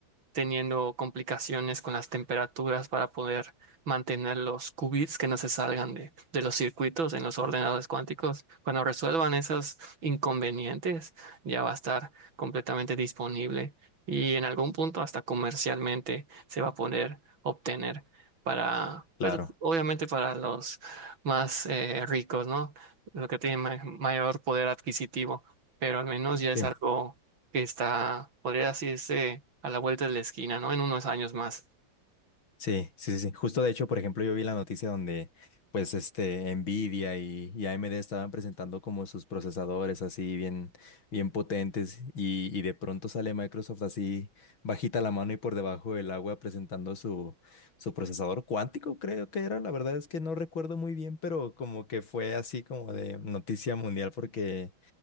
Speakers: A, on the right; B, on the left.
A: teniendo complicaciones con las temperaturas para poder mantener los qubits que no se salgan de, de los circuitos en los ordenadores cuánticos. Cuando resuelvan esos inconvenientes, ya va a estar completamente disponible y en algún punto hasta comercialmente se va a poder obtener para, pues
B: claro.
A: obviamente para los más eh, ricos, ¿no? Los que tienen ma- mayor poder adquisitivo, pero al menos ya es
B: Sí.
A: algo que está, podría decirse, a la vuelta de la esquina, ¿no? En unos años más.
B: Sí, sí, sí, sí. Justo de hecho, por ejemplo, yo vi la noticia donde pues este Nvidia y, y AMD estaban presentando como sus procesadores así bien, bien potentes y, y de pronto sale Microsoft así bajita la mano y por debajo del agua presentando su, su procesador cuántico, creo que era. La verdad es que no recuerdo muy bien, pero como que fue así como de noticia mundial porque